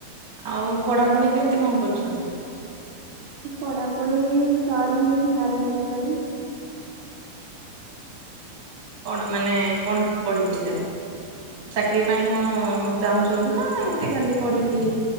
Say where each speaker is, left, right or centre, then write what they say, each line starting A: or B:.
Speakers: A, on the right; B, on the right.
A: ଆଉ ପଢାପଢି କେମିତି କଣ କରୁଛନ୍ତି?
B: ପଢାପଢି-ଇ-ଇ ସରିି ସାରି ସାଇଲାଣି।
A: କଣ ମାନେ-ଏ କଣ ପଢିଥିଲେ? ଚାକିରୀ ପାଇଁ କଣ-ଅ-ଅ-ଅ ଚାହୁଁଛନ୍ତି ନା ଏମିତି ଖାଲି ପଢିକି